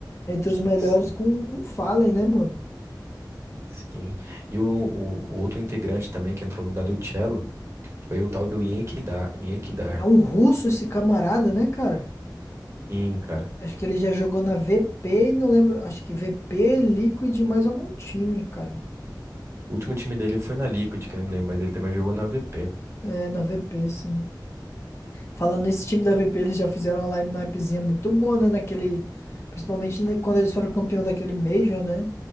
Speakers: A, on the left (about 35°); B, on the right (about 35°).
A: entre os melhores
B: Sim,
A: com, com o Fallen, né, mano?
B: sim. E o, o, o outro integrante também que entrou no lugar do Cello foi o tal do Yenkedar. Yenkedar.
A: É um russo esse camarada, né, cara?
B: Sim, cara.
A: Acho que ele já jogou na VP e não lembro. Acho que VP, Liquid e mais algum time, cara.
B: O último time dele foi na Liquid, que eu não me lembro, mas ele também jogou na VP.
A: É, na VP, sim. Falando nesse time da VP, eles já fizeram uma lineupzinha muito boa, né? Naquele, principalmente na- quando eles foram campeão daquele Major, né?